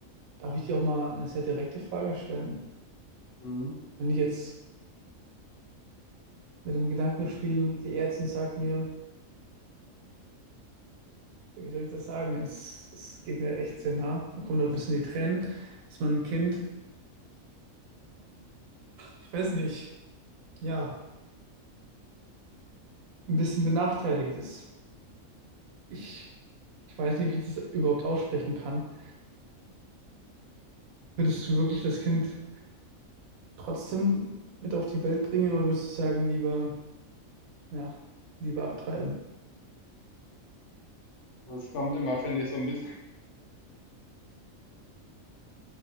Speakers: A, on the right; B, on the left.
A: Darf ich dir auch mal eine sehr direkte Frage stellen?
B: Mhm.
A: Wenn ich jetzt mit dem Gedanken spiele, die Ärztin sagt mir, wie soll ich das sagen? Es, es geht mir echt sehr nah. Da kommen noch ein bisschen die Tränen, dass mein Kind, ich weiß nicht, ja, ein bisschen benachteiligt ist. Ich, ich weiß nicht, wie ich das überhaupt aussprechen kann. Würdest du wirklich das Kind trotzdem mit auf die Welt bringen oder würdest du sagen, lieber, ja, lieber abtreiben?
B: Es kommt immer, finde ich, so ein bisschen